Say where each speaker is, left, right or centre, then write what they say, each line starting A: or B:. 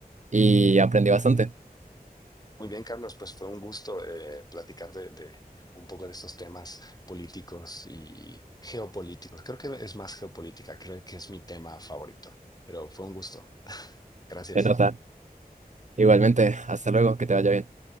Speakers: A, on the right; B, on the left.
A: y aprendí bastante.
B: Muy bien, Carlos, pues fue un gusto eh, platicar de, de un poco de estos temas políticos y geopolíticos. Creo que es más geopolítica, creo que es mi tema favorito, pero fue un gusto. Gracias.
A: De nota. Igualmente, hasta luego, que te vaya bien.